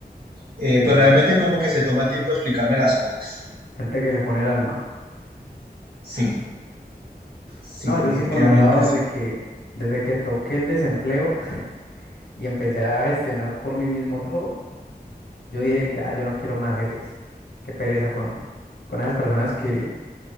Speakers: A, on the right (about 70°); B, on the left (about 85°).
A: eh, pues
B: ujú.
A: realmente como que se toma el tiempo de explicarme las cosas.
B: Gente que le pone el alma.
A: Sí, sí,
B: No,
A: definitivamente
B: yo sí por mi lado,
A: sí.
B: desde que, desde que toqué el desempleo <laughs> y empecé a gestionar por mí mismo todo, yo dije, ya, yo no quiero más jefes. Qué pereza con, con esas personas que,